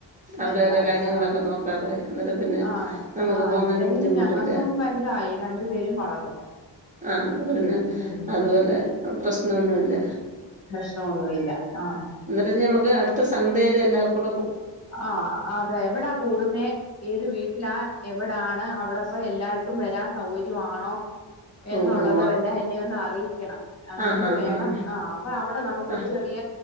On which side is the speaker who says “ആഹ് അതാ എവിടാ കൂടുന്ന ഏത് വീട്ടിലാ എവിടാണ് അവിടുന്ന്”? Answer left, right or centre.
Left